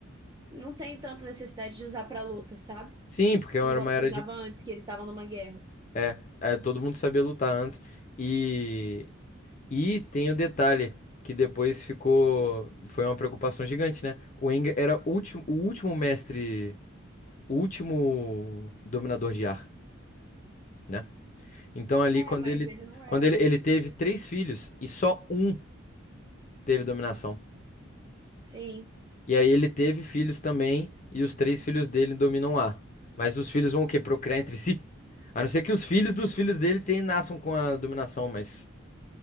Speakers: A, on the right (about 20°); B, on the left (about 35°).
A: não tem tanta necessidade de usar pra luta, sabe?
B: sim, porque era
A: Igual
B: uma
A: precisava
B: era de...
A: antes, que eles estavam numa guerra.
B: É, é, todo mundo sabia lutar antes. E, e tem o detalhe, que depois ficou... Foi uma preocupação gigante, né? O Aang era o último, o último mestre, o último dominador de ar, né? Então ali
A: É,
B: quando
A: mas
B: ele
A: ele não é
B: quando
A: mais.
B: ele, ele teve três filhos e só um teve dominação.
A: Sim,
B: E aí ele teve filhos também e os três filhos dele dominam lá. Mas os filhos vão o quê? Procriar entre si? A não ser que os filhos dos filhos dele tem, nasçam com a dominação, mas